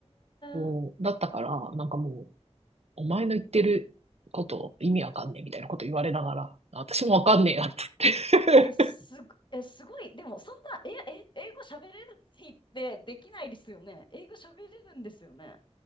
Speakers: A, on the right; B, on the left.
A: そうだったから、
B: え。
A: なんかもう、お前の言ってること意味わかんねえみたいなこと言われながら、私もわかんねえなって
B: え、すご、
A: <laughs>
B: え、すごい。でも、そんな、え、え、英語喋れるってできないですよね。英語喋れるんですよね。